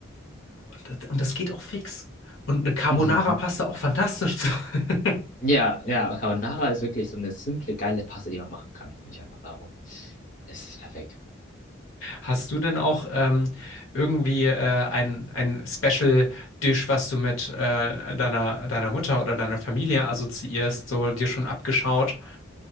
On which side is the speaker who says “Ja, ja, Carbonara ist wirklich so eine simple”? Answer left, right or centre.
Left